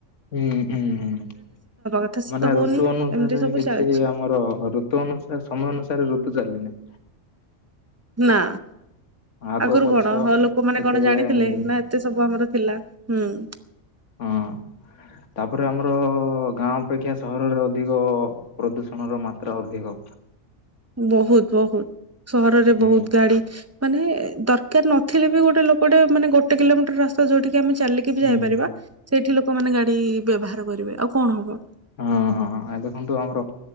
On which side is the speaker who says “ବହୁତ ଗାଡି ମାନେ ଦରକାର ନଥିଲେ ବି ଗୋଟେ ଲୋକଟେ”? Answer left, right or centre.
Right